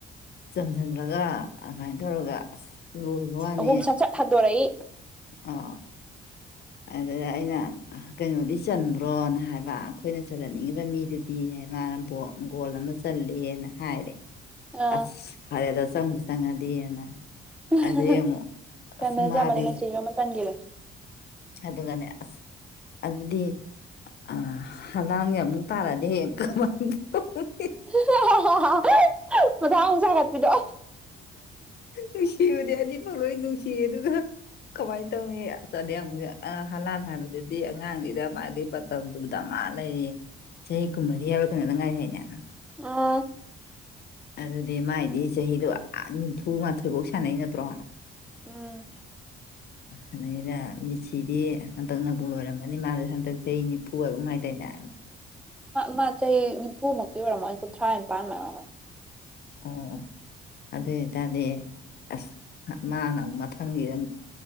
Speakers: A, on the left; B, in the centre.
A: ꯆꯟꯖꯟꯕꯒ ꯑꯗꯨꯝꯃꯥꯏ ꯇꯧꯔꯒ ꯑꯁ ꯂꯣꯏꯕ ꯋꯥꯅꯤ
B: ꯑꯍꯨꯝ ꯁꯠ ꯁꯠ ꯍꯟꯗꯣꯔꯛꯏ
A: ꯑꯥ ꯑꯗꯨꯗ ꯑꯩꯅ ꯀꯩꯅꯣꯗꯤ ꯆꯟꯕ꯭ꯔꯣꯅ ꯍꯥꯏꯕ ꯑꯩꯈꯣꯏꯅ ꯆꯜꯍꯟꯅꯤꯡꯉꯤꯕ ꯃꯤꯗꯨꯗꯤ ꯍꯥꯏ ꯃꯥꯅ <unintelligible> ꯒꯣꯜ ꯑꯃ ꯆꯜꯂꯦꯅ ꯍꯥꯏꯔꯦ
B: ꯑꯥ
A: ꯑꯁ ꯐꯔꯦꯗ ꯆꯪꯕꯨ ꯆꯪꯉꯗꯤꯅ
B: <unintelligible>
A: ꯑꯗꯩ ꯑꯃꯨꯛ
B: ꯆꯟꯕꯅꯦ
A: ꯑꯁ ꯃꯥꯗꯤ
B: ꯆꯟꯕꯅꯦ ꯃꯦꯁꯤꯖꯨ ꯑꯃ ꯆꯟꯒꯤꯕꯅꯦ
A: ꯑꯗꯨꯒꯅꯦ ꯑꯁ ꯑꯗꯨꯗꯤ ꯑ ꯍꯂꯥꯟꯒ ꯑꯃꯨꯛ ꯇꯥꯔꯛꯑꯗꯤ ꯍꯌꯦꯡ ꯀꯝꯃꯥꯏ <unintelligible> ꯇꯧꯅꯤ
B: ꯍꯤ ꯍꯤ ꯍꯥꯍꯥ ꯃꯊꯥ ꯑꯃꯨꯛ ꯁꯥꯒꯠꯄꯤꯗꯣ
A: ꯅꯨꯡꯁꯤꯕꯗꯤ ꯑꯅꯤꯃꯛ ꯂꯣꯢ ꯅꯨꯡꯁꯤꯔꯦ ꯑꯗꯨꯒ ꯀꯃꯥꯏꯅ ꯇꯧꯅꯤ ꯆꯗꯨ ꯍꯂꯥꯟ ꯍꯥꯏꯕꯗꯨꯗꯤ ꯑꯉꯥꯡꯅꯤꯗ ꯃꯥꯗꯤ ꯃꯇꯝꯗꯨ ꯗꯥ ꯃꯥ ꯂꯩꯔꯤ ꯆꯍꯤ ꯀꯨꯟꯃꯔꯤ ꯍꯥꯏꯕꯔ ꯀꯅꯣꯗꯪ ꯉꯥꯏꯔꯤ ꯍꯥꯏꯅꯦ
B: ꯑꯥ
A: ꯑꯗꯨꯗ ꯑꯗꯨꯗꯤ ꯃꯥꯏꯗꯤ ꯆꯍꯤꯗꯣ ꯑ ꯅꯤꯝꯐꯨ ꯃꯥꯊꯣꯏꯐꯧ ꯁꯥꯟꯅꯩ ꯅꯠꯇ꯭ꯔꯣ
B: ꯎꯝ
A: ꯑꯗꯩꯗ ꯃꯤꯁꯤꯗꯤ ꯍꯟꯗꯛꯅꯕꯨ ꯂꯣꯏꯔꯝꯃꯅꯤ ꯃꯥꯅꯤ ꯍꯟꯗꯛ ꯆꯍꯤ ꯅꯤꯐꯨ ꯍꯥꯏꯕꯔ ꯀꯩꯅꯣꯝ ꯍꯥꯏꯗꯥꯢꯅꯦ
B: ꯃꯥ ꯆꯍꯤ ꯅꯤꯐꯨꯃꯨꯛꯇꯤ ꯑꯣꯏꯔꯝꯃꯣꯏ ꯀꯨꯟꯊ꯭ꯔꯥ ꯅꯤꯄꯥꯟ ꯃꯥꯢ
A: ꯑꯣꯑꯣ ꯑꯗꯨꯏꯇꯥꯗꯤ ꯑꯁ ꯃꯥꯅ ꯑꯃꯨꯛ ꯃꯊꯪꯒꯤꯗ